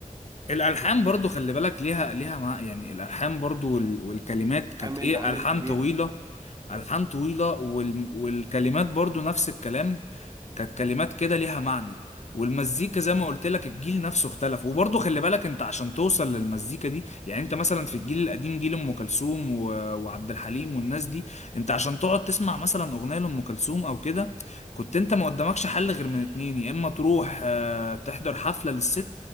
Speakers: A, on the left (about 55°); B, on the right (about 25°).
A: الالحان برضو خلي بالك ليها ليها مع يعني الالحان برضو وال... والكلمات كانت
B: عامل
A: ايه
B: عامل
A: الحان
B: كبير
A: طويله
B: قوي
A: الحان طويله وال... والكلمات برضو نفس الكلام كانت كلمات كده ليها معنى والمزيكا زي ما قلت لك الجيل نفسه اختلف وبرضه خلي بالك انت عشان توصل للمزيكا دي يعني انت مثلا في الجيل القديم جيل ام كلثوم و... وعبد الحليم والناس دي انت عشان تقعد تسمع مثلا اغنيه لام كلثوم او كده كنت انت ما قدامكش حل غير من اتنين يا اما تروح آه، تحضر حفله للست